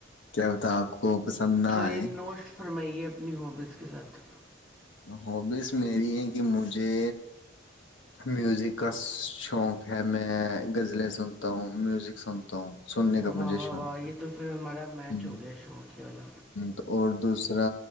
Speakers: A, on the left (about 80°); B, in the centre.
A: کیا بتا آپ کو پسند نہ
B: چل
A: آئے
B: نوشٹ فرمائیے اپنی ہابیز کے ساتھ
A: ہبیز میری ہے کہ مجھے میوزک کا شوق ہے میں غزلیں سنتا ہوں میوزک سن ہوں سننے
B: واہ
A: کا مجھے
B: واہ
A: شوق
B: واہ یہ
A: ہے
B: تو پھر ہمارا میچ
A: ہ ہ
B: ہو گیا شوق والا
A: تو اور دوسرا